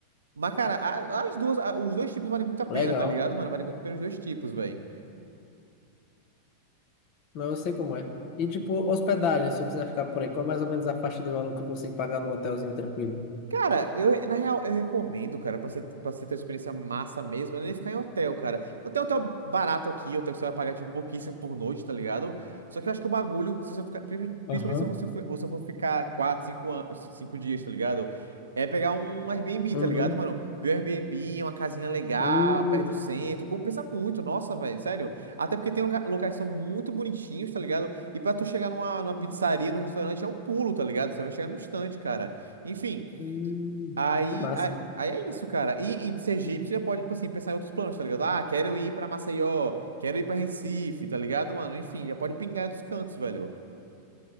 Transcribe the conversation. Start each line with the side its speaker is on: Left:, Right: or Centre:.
Right: Mas, cara, a- as duas, a- os dois tipos valem muito a pena,
Left: Legal.
Right: tá ligado, mano? Vale muito a pena os dois tipos, velho.
Left: Não, eu sei como é. E tipo, hospedagem, se eu quiser ficar por aí, qual é mais ou menos a faixa de valor que eu consigo pagar num hotelzinho tranquilo?
Right: Cara, eu, na real, eu recomendo, cara, pra você, pra você ter uma experiência massa mesmo, é nem ficar em hotel, cara. Hotel, hotel barato aqui, hotel que você vai pagar, tipo, pouquíssimo por noite, tá ligado? Só que eu acho que o bagulho, se você ficar, princi-
Left: Aham.
Right: principalmente se você for, ou se eu for ficar quatro, cinco, an- cinco dias, tá ligado? É pegar um Airbnb,
Left: Uhum.
Right: tá ligado, mano? Ver um Airbnb, uma casinha legal,
Left: Hum,
Right: perto do centro, compensa muito, nossa, velho, sério. Até porque tem loca- locais que são muito bonitinhos, tá ligado? E pra tu chegar numa, numa pizzaria, num restaurante, é um pulo, tá ligado? Você vai chegar num instante, cara. Enfim.
Left: Hum.
Right: Aí,
Left: que massa.
Right: aí, aí é isso, cara. E, e de Sergipe você pode, tipo assim, pensar em outros planos, tá ligado? Ah, quero ir pra Maceió, quero ir pra Recife, tá ligado, mano? Enfim, já pode pingar em outros cantos, velho.